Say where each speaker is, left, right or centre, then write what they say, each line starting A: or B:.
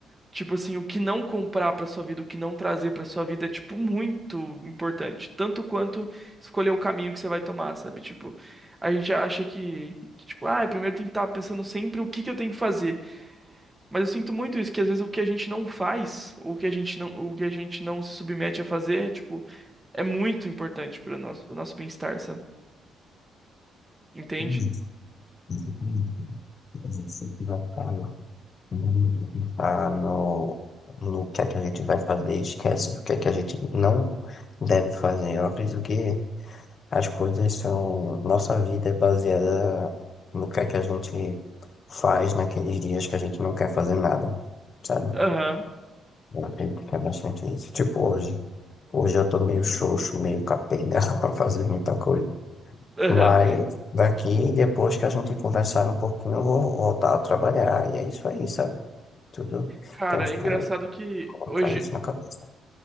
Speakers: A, on the right; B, on the left.
A: Tipo assim, o que não comprar pra sua vida, o que não trazer pra sua vida é, tipo, muito importante. Tanto quanto escolher o caminho que você vai tomar, sabe? Tipo, a gente acha que, que tipo, ah, primeiro tem que estar pensando sempre o que que eu tenho que fazer. Mas eu sinto muito isso, que às vezes o que a gente não faz, ou o que a gente não, o que a gente não se submete a fazer, tipo, é muito importante para nosso, para nosso bem-estar, sabe? Entende?
B: Exatamente, exatamente. A gente sempre vai ficar lá mundo, pensar no, no que é que a gente vai fazer, esquece do que é que a gente não deve fazer. Eu acredito que As coisas são. Nossa vida é baseada no que é que a gente faz naqueles dias que a gente não quer fazer nada, sabe?
A: Aham.
B: Eu acredito que é bastante isso. Tipo hoje. Hoje eu tô meio xoxo, meio capenga <laughs> pra fazer muita coisa.
A: Aham.
B: Mas daqui, depois que a gente conversar um pouquinho, eu vou voltar a trabalhar. E é isso aí, sabe? Tudo.
A: Cara,
B: Então, tipo,
A: é engraçado que
B: colocar
A: hoje,
B: isso na cabeça.